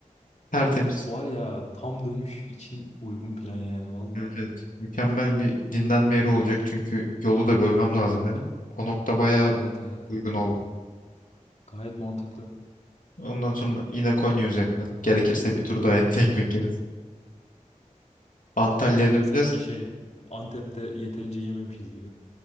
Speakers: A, on the left; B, on the left.
A: Tertemiz.
B: Of var ya tam dönüş için uygun plan yani valla.
A: Evet, evet. Mükemmel bir dinlenme yeri olacak çünkü yolu da bölmem lazım benim. O nokta bayağı
B: Evet evet
A: uygun oldu.
B: gayet mantıklı.
A: Ondan sonra yine Konya üzerinden. Gerekirse bir tur daha etli <laughs> ekmek yeriz. Antalya'ya döneceğiz.
B: Sanki şey Antep'te yeterince yememişiz gibi.